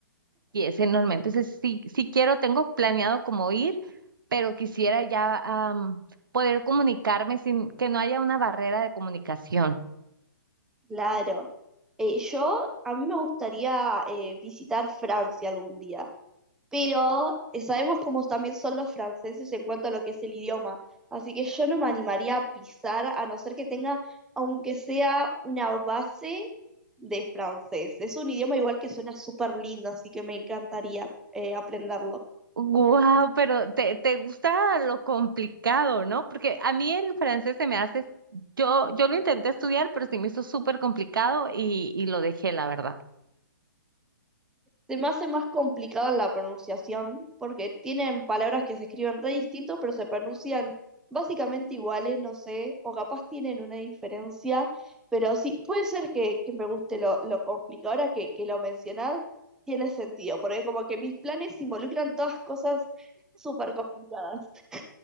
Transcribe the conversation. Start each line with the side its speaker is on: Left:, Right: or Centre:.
Right: Y es enorme. Entonces, sí, sí quiero, tengo planeado como ir, pero quisiera ya am, poder comunicarme sin que no haya una barrera de comunicación.
Centre: Claro. Eh, yo, a mí me gustaría eh, visitar Francia algún día. pero eh, sabemos cómo también son los franceses en cuanto a lo que es el idioma. Así que yo no me animaría a pisar a no ser que tenga, aunque sea una base de francés. Es un idioma igual que suena súper lindo, así que me encantaría eh, aprenderlo.
Right: Wow, pero te, te gusta lo complicado, ¿no? Porque a mí el francés se me hace, yo, yo lo intenté estudiar, pero se me hizo súper complicado y, y lo dejé, la verdad.
Centre: Se me hace más complicado la pronunciación porque tienen palabras que se escriben re distinto, pero se pronuncian básicamente iguales, no sé, o capaz tienen una diferencia, pero sí, puede ser que, que me guste lo, lo complicado. Ahora que, que lo mencionás, tiene sentido, porque como que mis planes involucran todas cosas súper complicadas. <laughs>